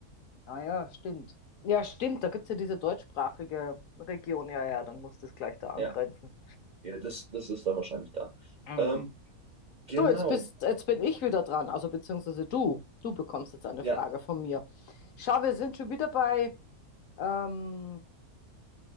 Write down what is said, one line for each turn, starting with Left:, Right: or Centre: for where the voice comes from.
Left: Ah ja, stimmt. Ja, stimmt, da gibt es ja diese deutschsprachige Region. Ja, ja, dann muss das gleich da angrenzen.
Right: Ja. Ja, das, das ist da wahrscheinlich da.
Left: Mm.
Right: Ähm, genau.
Left: So, jetzt bist, jetzt bin ich wieder dran, also beziehungsweise du. Du bekommst jetzt eine
Right: Ja.
Left: Frage von mir. Schau, wir sind schon wieder bei, ähm,